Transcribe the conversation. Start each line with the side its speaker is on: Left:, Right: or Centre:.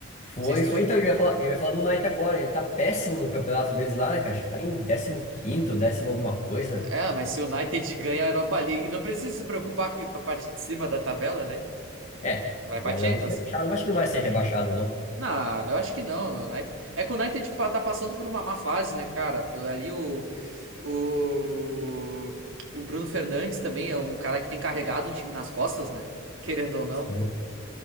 Left: Foi,
Right: sei se
Left: foi,
Right: tu... che-
Left: então, eu ia falar, eu ia falar do Knight agora, ele tá péssimo no campeonato deles lá, né, cara? Acho que Tá em décimo quinto décimo alguma coisa.
Right: É, mas se o United ganha a Europa League, não precisa se preocupar com com a parte de cima da tabela, né?
Left: É,
Right: Vai
Left: tem que
Right: pra
Left: tomar
Right: Champions.
Left: cuidado pra não ser rebaixado, mas acho que não vai ser rebaixado,
Right: Não, eu acho que não. O United... É que o United pa- tá passando por uma má fase, né, cara? Pelo ali o, o. O Bruno Fernandes também é um cara que tem carregado o time nas costas, né? Querendo ou não.
Left: não.